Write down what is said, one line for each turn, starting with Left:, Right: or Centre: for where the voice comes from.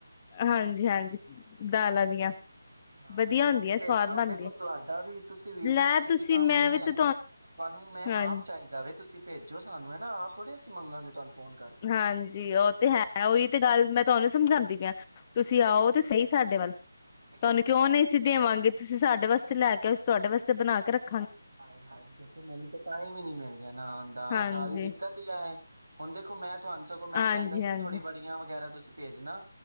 Left: ਹਾਂਜੀ-ਹਾਂਜੀ ਦਾਲਾਂ ਦੀਆਂ
Right: ਹਾਂ
Left: ਵਧੀਆ
Right: ਤੇ ਫੇਰ
Left: ਹੁੰਦੀਆਂ
Right: ਤੁਸੀਂ ਭੇਜੋ
Left: ਸਵਾਦ ਬਣਦੀਆਂ
Right: ਦੇਖੋ ਤੁਹਾਡਾ ਵੀ ਤੁਸੀਂ ਵੀ
Left: ਲੈ
Right: ਕਿਸੇ
Left: ਤੁਸੀਂ
Right: ਕੰਮ
Left: ਮੈਂ
Right: ਦੇ ਨੀ
Left: ਵੀ
Right: ਹੈਗੇ
Left: ਤੇ
Right: ਤੁਹਾਨੂੰ ਮੈਂ
Left: ਹਾਂਜੀ
Right: ਆਪ ਚਾਹੀਦਾ ਵੇ ਤੁਸੀਂ ਭੇਜੋ ਸਾਨੂੰ ਹੈ ਆਪ ਥੋੜੀ ਅਸੀ ਮੰਗਾਗੇ ਤੁਹਾਨੂੰ ਫੋਨ ਕਰਕੇ।
Left: ਹਾਂਜੀ ਉਹ ਤੇ ਹੈ ਉਹੀ ਤੇ ਗੱਲ ਮੈਂ ਤੁਹਾਨੂੰ ਸਮਝਾਉਂਦੀ ਪਈ ਆ ਤੁਸੀਂ ਆਓ ਤੇ ਸਹੀ ਸਾਡੇ ਵੱਲ
Right: ਦੇਖੋ
Left: ਤੁਹਾਨੂੰ
Right: ਅਸੀਂ
Left: ਕਿਉਂ
Right: ਮੈਂ
Left: ਨਹੀਂ ਸੀ ਦੇਵਾਂਗੇ ਤੁਸੀਂ ਸਾਡੇ ਵਾਸਤੇ ਲੈ ਕੇ ਤੁਹਾਡੇ ਵਾਸਤੇ ਬਣਾ ਕੇ ਰੱਖ
Right: ਆਏ ਹਾਏ ਦੇਖੋ ਮੈਨੂੰ ਤਾਂ ਟਾਈਮ ਹੀ ਨੀ ਮਿਲ ਰਿਹਾ ਨਾ ਆਉਣ ਦਾ
Left: ਹਾਂਜੀ
Right: ਸਾਰੀ ਦਿੱਕਤ ਹੀ ਐ ਏ ਹੁਣ ਦੇਖੋ ਮੈਂ ਤੁਹਾਨੂੰ ਸਗੋਂ ਮੈਂ
Left: ਹਾਂਜੀ
Right: ਕਹਿੰਦਾ
Left: ਹਾਂਜੀ
Right: ਸੀ ਤੁਹਾਡੀ ਵੜੀਆਂ ਵਗੈਰਾ ਤੁਸੀਂ ਭੇਜਣਾ